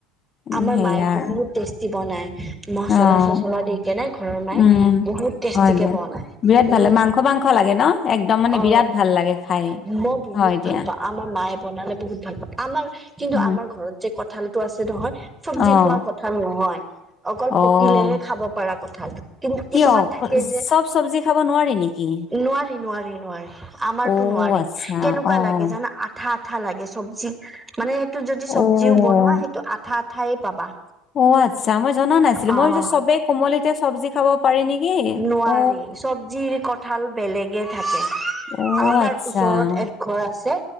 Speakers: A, on the left; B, on the right.
A: উম,
B: আমাৰ
A: সেয়া
B: মায়ে
A: আৰু
B: বহুত টেষ্টি বনাই। মচলা
A: অ',
B: চচলা দি কেনে ঘৰত মায়ে
A: উম,
B: বহুত টেষ্টিকে
A: হয় দিয়া।
B: বনায়।
A: বিৰাট ভাল
B: উম।
A: লাগে, মাংস মাংস লাগে ন? একদম মানে
B: অ।
A: বিৰাট ভাল লাগে খাই,
B: মই বহুত
A: হয়
B: ভাল
A: দিয়া।
B: পাও আমাৰ মায়ে বনালে বহুত ভাল পাওঁ। আমাৰ কিন্তু
A: উম,
B: আমাৰ ঘৰত যে কঁঠালতটো আছে নহয়। চব্জি
A: অ',
B: খোৱা কথা নহয়। অকল
A: অ',
B: পকিলেহে খাব পাৰা কঁঠাল। কিন্তু
A: কিয়
B: কিছুমান থাকে যে।
A: চব চব্জি খাব নোৱাৰি নেকি?
B: নোৱাৰি নোৱাৰি নোৱাৰি
A: অ',
B: নোৱাৰি।
A: আচ্ছা,
B: কেনেকুৱা
A: অ',
B: লাগে জানা আঠা আঠা লাগে। চব্জি মানে টো যদি
A: অ',
B: চব্জিও বনোৱা। সেইটো আঠা আঠাই পাবা।
A: অ আচ্ছা। মই জনা নাছিলো
B: অ
A: মই ভাবিছোঁ চবেই কোমলিতে চব্জি খাব পাৰি নেকি
B: নোৱাৰি
A: অ।
B: চব্জিৰ কঁঠাল বেলেগে থাকে।
A: অ',
B: আমাৰ
A: আচ্ছা।
B: ওচৰত এক ঘৰ আছে।